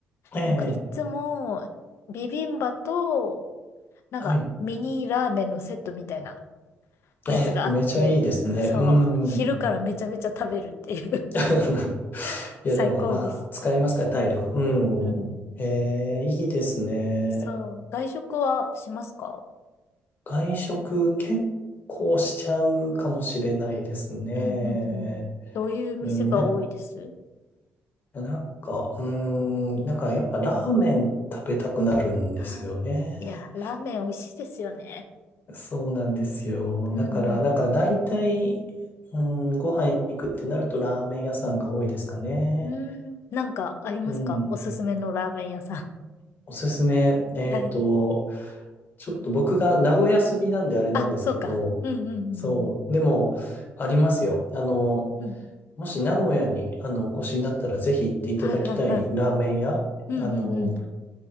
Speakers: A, on the left (about 50°); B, on the left (about 75°).
A: ええ。
B: なんかいつもビビンバと、なんかミニラーメンのセットみたいな
A: はい。
B: やつがあって、
A: ええ、めちゃいいですね。
B: そう、
A: うん。
B: 昼からめちゃめちゃ食べるっていう
A: <laughs>
B: <laughs>
A: いや、
B: 最高です。
A: でもまあ、使いますから、体力。うん。
B: うん。
A: えー、いいですね。
B: そう、外食はしますか
A: 外食結構しちゃうかもしれないですね。
B: うんうんうん。どういう店が多いです
A: うん、な、なんか、うん、なんかやっぱラーメン食べたくなるんですよね。
B: あーいや、ラーメン美味しいですよね。
A: そうなんですよ。
B: うん
A: だから、なんか大体、うん、ご飯行くってなるとラーメン屋さんが多いですかね。
B: うん。うーん、なんかありますかおすすめのラーメン屋さ
A: うん。おすすめ、えっと、
B: ん。<laughs> はい
A: ちょっと僕が名古屋住みなんであれなんですけど、
B: あ、そうか。うんうんうんう
A: そう、でも、ありますよ。あの、
B: ん。うん
A: もし名古屋に、あの、お越しになったら、ぜひ行っていただきたいラーメン屋、
B: はいはいはい。うんうんうん。
A: あの、